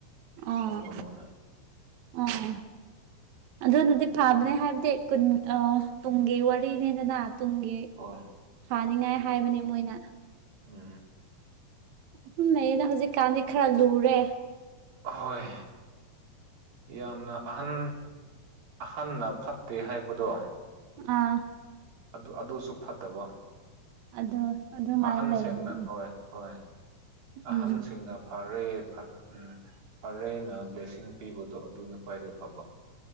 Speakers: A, on the right; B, on the right.
A: ꯑꯣ
B: ꯂꯧꯒꯅꯣꯅ
A: ꯑꯣ ꯑꯗꯨꯅꯗꯤ
B: ꯑꯗꯨꯅ
A: ꯐꯕꯅꯦ ꯍꯥꯏꯕꯗꯤ꯫ ꯇꯨꯡꯒꯤ ꯋꯥꯔꯤꯅꯤꯗꯅ ꯇꯨꯡꯒꯤ
B: ꯍꯣꯏ
A: ꯐꯥꯅꯤꯡꯉꯥꯏ꯫ ꯍꯥꯏꯕꯅꯤ ꯃꯣꯏꯅ
B: ꯎꯝ
A: ꯑꯗꯨꯨꯝ ꯂꯩꯌꯦꯅ ꯍꯧꯖꯤꯛꯀꯥꯟꯗꯤ ꯈꯔ ꯂꯨꯔꯦ꯫
B: ꯍꯣꯏ ꯌꯥꯝꯅ ꯑꯍꯟ ꯑꯍꯟꯅ ꯐꯠꯇꯦ ꯍꯥꯏꯕꯗꯣ꯫
A: ꯎꯝ
B: ꯑꯗꯨ ꯑꯗꯨꯁꯨ ꯐꯠꯇꯕ
A: ꯑꯗꯨ ꯑꯗꯨꯃꯥꯏꯅ
B: ꯑꯍꯟꯁꯤꯡꯅ
A: ꯂꯩꯕꯅꯤ
B: ꯍꯣꯏ ꯍꯣꯏ
A: ꯎꯝ
B: ꯑꯍꯟꯁꯤꯡꯅ ꯐꯔꯦ ꯎ ꯐꯔꯦꯅ ꯕ꯭ꯂꯦꯁꯤꯡ ꯄꯤꯕꯗꯣ ꯑꯗꯨꯅ ꯑꯣꯏꯔꯦ ꯐꯕ꯫